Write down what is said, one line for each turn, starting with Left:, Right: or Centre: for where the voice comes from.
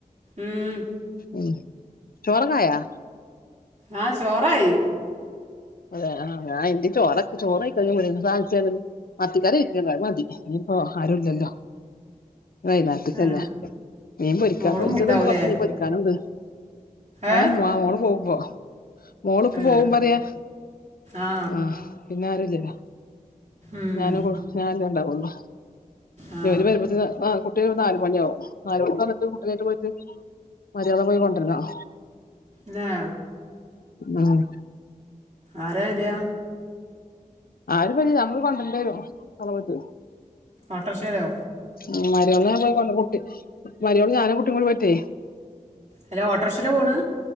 Right: ഉം
Left: ഉം ചോറൊക്കെയായോ?
Right: ആഹ് ചോറായി.
Left: അതെ ആഹ് ഞാൻ ഇന്റിം ചോറെ ചോറ് ആയിക്ക്ണ് ഇഞ്ഞി മുരിങ്ങ തളിച്ചാണ് മത്തിക്കറി ഇക്കൊണ്ട്. അത് മതി. ഇനിപ്പോ ആരുല്ലല്ലോ. വയനാട്ട്ക്കല്ലേ.
Right: ആ
Left: മീൻ പൊരിക്കാ.
Right: മോളും
Left: പൊരിച്ചതൊണ്ട്.
Right: ഉണ്ടാവൂലേ
Left: കൊറെച്ച് മീൻ പൊരിക്കാനൊണ്ട്.
Right: ഏ
Left: ഏഹ് മാ മോള് പോഉമ്പോ. മോളിപ്പോ
Right: ആ
Left: പോകു പറയാ.
Right: ആ
Left: ആഹ് പിന്നെയാരോ ചെല്ലാ.
Right: ഉം
Left: ഞാനും കു ഞാനല്ലേ ണ്ടാവുള്ളോ
Right: ആ
Left: ഇവര് വരുമ്പോത്തിന് ആഹ് കൊ കുട്ടിള് വെരുമ്പം നാല് മണിയാവും. നാല് മണി വന്നിട്ട് കുട്ടിലേട്ട് പോയിട്ട്. മര്യാദ പ പോയി കൊണ്ടുവെരണം.
Right: ന്നേ
Left: ആഹ്
Right: ആരാ വെരാ
Left: ആരും വരൂല ഞമ്മള് കൊണ്ടർണ്ടെരും അടെ പോയിട്ട്
Right: ഓട്ടർഷേലൊ
Left: ഉം മരോളാ പോയി കൊണ്ടർല് കൂട്ട്യെ മരോളും ഞാനും കുട്ടിം കൂടി പോയിറ്റെയ്
Right: ഹലോ ഓട്ടർഷേലാ പോണ്